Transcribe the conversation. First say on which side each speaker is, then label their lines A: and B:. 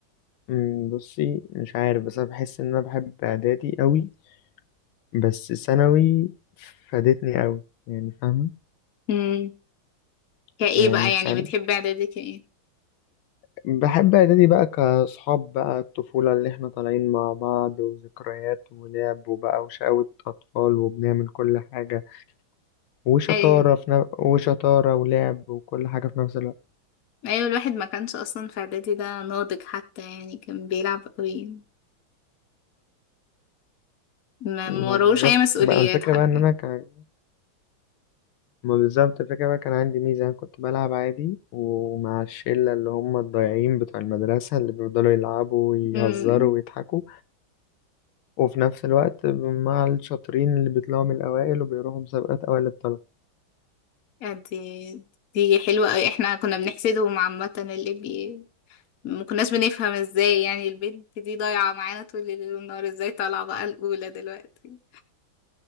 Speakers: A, on the left (about 85°); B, on the left (about 50°).
A: أمم، بصي مش عارف بس انا بحس ان انا بحب اعدادي قوي بس ثانوي فادتني قوي يعني فاهمة
B: امم كايه
A: يعني
B: بقى يعني
A: سن...
B: بتحب اعدادي كايه
A: بحب إعدادي بقى كأصحاب بقى الطفولة اللي إحنا طالعين مع بعض وذكريات ولعب وبقى وشقاوة أطفال وبنعمل كل حاجة وشطارة
B: ايوه
A: في ن... وشطارة ولعب وكل حاجة في نفس الوقت
B: ايوه الواحد ما كانش اصلا في اعدادي ده ناضج حتى يعني كان بيلعب قوي ما
A: ما
B: ما وراهوش
A: بالظبط
B: اي مسؤوليات
A: بقى الفكرة
B: حرفيا
A: بقى إن أنا كان ما بالظبط الفكرة بقى كان عندي ميزة أنا كنت بلعب عادي ومع الشلة اللي هم الضايعين بتوع المدرسة اللي بيفضلوا يلعبوا ويهزروا
B: امم
A: ويضحكوا وفي نفس الوقت مع الشاطرين اللي بيطلعوا من الأوائل وبيروحوا مسابقات أوائل الطلبة
B: آه، دي دي حلوة أوي احنا كنا بنحسدهم عامة اللي بي ما كناش بنفهم ازاي يعني البنت دي ضايعة معانا طول الليل والنهار ازاي طالعة بقى الأولى دلوقتي